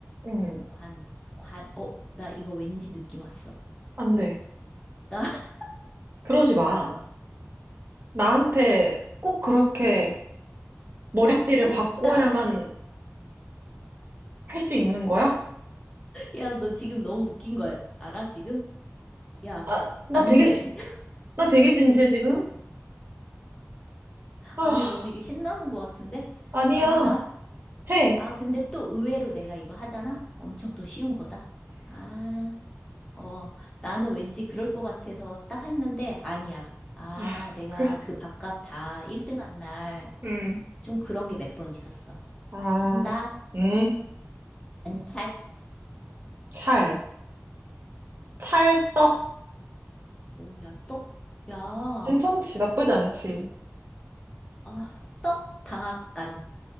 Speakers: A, on the right; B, on the left.
A: 응.
B: 관. 관. 어, 나 이거 왠지 느낌 왔어.
A: 안 돼.
B: 나, <laughs>
A: 그러지 마. 나한테 꼭 그렇게 머리띠를
B: 싸, 싸,
A: 바꿔야만
B: 싸.
A: 할 수 있는 거야?
B: 야, 너 지금 너무 웃긴 거 알아, 지금? 야,
A: 아, 나
B: 안
A: 되게
B: 돼.
A: 진,
B: <laughs>
A: 나 되게 진지해 지금? 아,
B: 아니, 너 되게 신나는 것 같은데?
A: 아니야.
B: 나 한다.
A: 해.
B: 아, 근데 또 의외로 내가 이거 하잖아? 엄청 또 쉬운 거다. 아, 어, 나는 왠지 그럴 것 같아서 딱 했는데, 아니야. 아,
A: 아,
B: 내가
A: 글쎄.
B: 그 밥값 다 1등 한 날,
A: 음.
B: 좀 그런 게 몇 번 있었어.
A: 아,
B: 자, 한다.
A: 음.
B: 관찰.
A: 찰. 찰떡.
B: 뭐야, 또? 야, 어?
A: 괜찮지. 나쁘지 않지.
B: 아, 떡 방앗간.